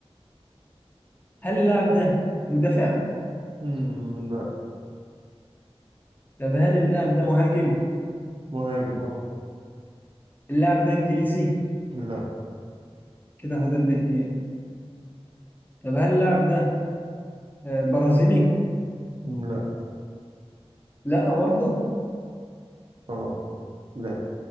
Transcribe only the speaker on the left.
هل اللاعب ده مدافع
طب هل اللاعب ده مهاجم
اللاعب ده انجليزي
كده فاضل لي اتنين طب هل اللاعب ده آه، برازيلي
لا برضه